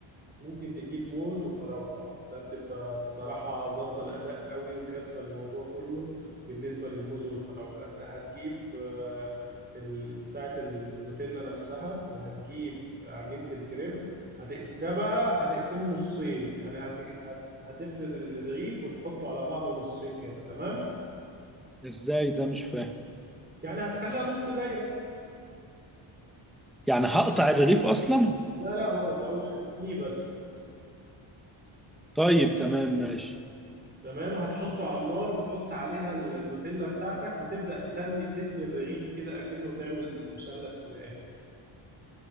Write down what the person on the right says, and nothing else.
ممكن تجيب موز وفراولة ده بتبقى بصراحة ظابطة الأداء قوي وكسرة الموضوع كله بالنسبة للموز والفراولة انت هتجيب آه، ال- بتاعة النوتيلا نفسها وهتجيب عجينة الكريب هت... ده بقى هتقسمه نصين يعني هت... هت... هتفرد الرغيف وتحطه على بعضه نصين كده تمام
يعني هتخليها نص دايرة
لا لا ما تقطعوش هتتنيه بس
تمام هتحطه على النار وتحط عليها ال- النوتيلا بتاعتك وتبدأ تتني تتني الرغيف كده أكنه تعمل مثلث في الآخر